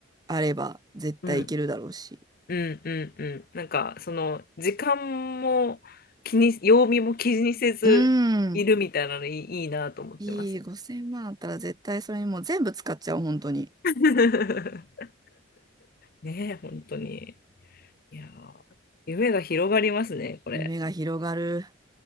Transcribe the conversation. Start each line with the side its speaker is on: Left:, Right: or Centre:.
Right: あれば絶対いけるだろうし。
Left: うん。うんうんうん。なんか、その、時間も気に、曜日も気にせずいるみたいなのいい、
Right: うん。
Left: いいなと思ってます。
Right: いい、5000万あったら絶対それにもう全部使っちゃう、本当に。
Left: <laughs> ねえ、本当に。いやー、夢が広がりますね、これ。
Right: 夢が広がる。